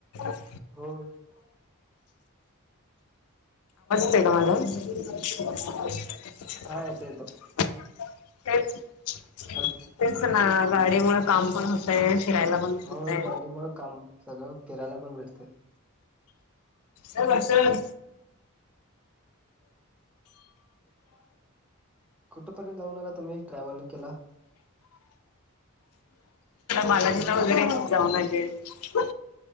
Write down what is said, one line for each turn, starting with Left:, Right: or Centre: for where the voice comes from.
Left: <inaudible>
Centre: होय
Left: <inaudible> तेच
Centre: हा येतो येतो हॅल
Left: तेच ना, गाडी मुळ काम पण होतय. खेळायला बन
Centre: होय
Left: होतय
Centre: गाडीमुळे काम सगळं फिरायला पण भेटतं
Left: अ वष ह
Centre: कुठपर्यंत जाऊन आला तुम्ही ट्रॅव्हलिंग केला
Left: बालाजीला वगैरे जाऊन आली आहे